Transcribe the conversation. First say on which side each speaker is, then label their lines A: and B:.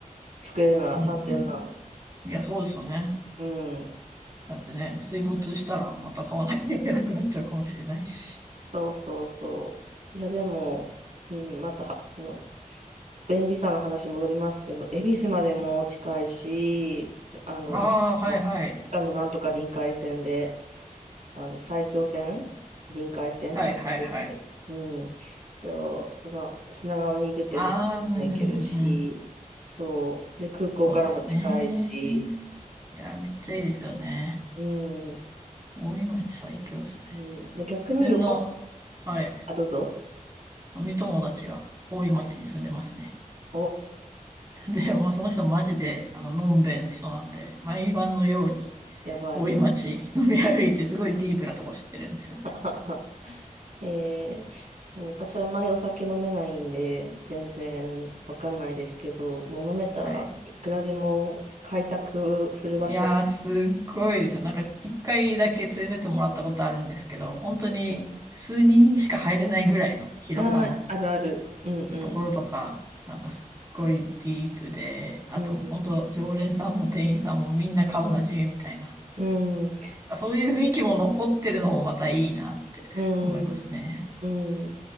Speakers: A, on the right; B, on the right.
A: 作れるなら3000万。
B: うんうん。いや、そうですよね。
A: うん。
B: だってね、水没したらまた買わなきゃいけなくなっちゃうかもしれないし。
A: そうそうそう。いや、でも、うん、または、あの、便利さの話戻りますけど、恵比寿までも近いし、あの、
B: ああ、
A: なんか、
B: はいはい。
A: あの、なんとか臨海線で、あの、埼京線、臨海線つながってる。
B: はいはいはい。
A: うん。で、まあ、品川に出ても、
B: ああ、
A: どこでも行けるし、
B: うんうんうんうん。
A: そう。で、空港からも近いし、
B: そうですね。いや、めっちゃいいですよね。
A: うん。
B: 大井町最強ですね。
A: うん、で、逆に横、
B: 自分の、はい。
A: あ、どうぞ。
B: 飲み友達が多い町に住んでますね。
A: はい。お
B: <laughs> で、もうその人マジで、あの、のんべえの人なんで、毎晩のように
A: やばい。
B: 大井町飲み歩いてすごいディープなとこ知ってるんですよね。
A: <laughs> えー、もう私あんまりお酒飲めないんで、全然わかんないですけど、もう飲めたらいくらでも開拓する場所。
B: はい。いやー、すっごいですよ。なんか一回だけ連れてってもらったことあるんですけど、本当に数人しか入れないぐらいの広さの
A: うんはいあー、あるある。うんうん。
B: ところとか、なんかすっごいディープで、あともう本当常連さんも店員さんもみんな顔なじみみたいな。
A: うん。うん。
B: あそういう雰囲気も残ってるのもまたいいなって思いますね。
A: うん、うん。